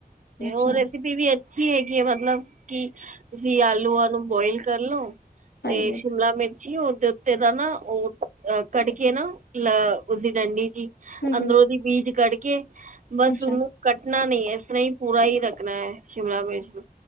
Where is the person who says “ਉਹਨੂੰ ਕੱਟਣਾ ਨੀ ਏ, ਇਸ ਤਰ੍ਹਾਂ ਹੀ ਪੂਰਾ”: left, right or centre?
Right